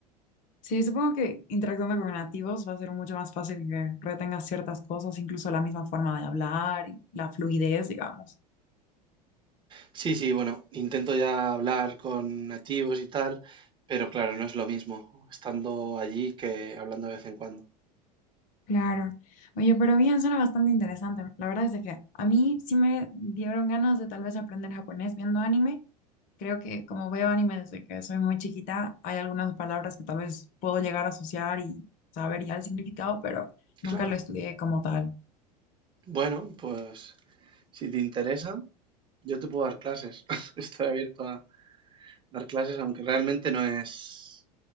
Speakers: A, on the left; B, on the right.
A: Sí, supongo que interactuando con nativos va a ser mucho más fácil que retengas ciertas cosas, incluso la misma forma de hablar y la fluidez, digamos.
B: Sí, sí, bueno, intento ya hablar con nativos y tal, pero claro, no es lo mismo estando allí que hablando de vez en cuando.
A: Claro. Oye, pero bien, suena bastante interesante. La verdad es de que a mí sí me dieron ganas de tal vez aprender japonés viendo anime. Creo que como veo anime desde que soy muy chiquita, hay algunas palabras que tal vez puedo llegar a asociar y saber ya el significado, pero nunca
B: Claro.
A: lo estudié como tal.
B: Bueno, pues si te interesa, yo te puedo dar clases. <laughs> Estoy abierto a dar clases, aunque realmente no es,